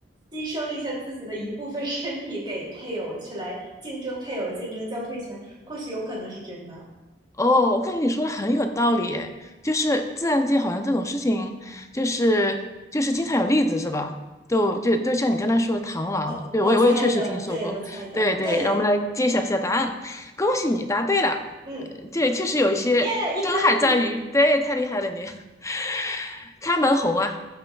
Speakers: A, on the right; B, on the left.
A: 牺牲一下自己的一部分 <laughs> 身体给配偶去来竞争配偶竞争交配权，或许有可能是真的。
B: 哦，我感觉你说的很有道理诶，就是自然界好像这种事情，就是就是经常有例子是吧？就就就像你刚才说的螳螂啊，
A: 呃，
B: 对我也我也确实听说过，
A: 我猜的，对，我猜的，
B: 对对，
A: 对，
B: 让我们来揭晓一下答案，恭喜你答对了，
A: 嗯，
B: 呃这确实有一些深海章鱼，
A: 耶，一分。
B: 对，太厉害了你，<laughs> 开门红啊，